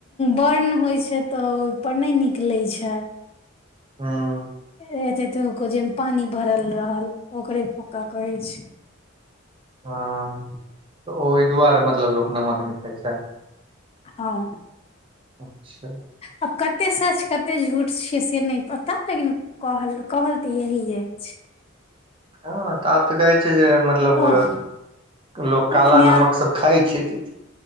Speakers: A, on the left; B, on the right.
A: बर्न होइ छै तऽ ओहिपर नहि निकलैत छै
B: हूं
A: एते एते जेहिमे पानी भरल रहल ओकरे फोका कहै छै
B: हँ तऽ ओहि दुआरे मतलब लोक नमक नहि खाइ छै
A: हँ
B: अच्छा
A: आब कतेक सच कतेक झूठ छियै से नहि पता लेकिन कहल कहल तऽ यही जाय छै
B: हँ तऽ आब तऽ कहै छै जे मतलब
A: ओह
B: लोक काला
A: लेकिन यार
B: नमक सब खाइ छै कि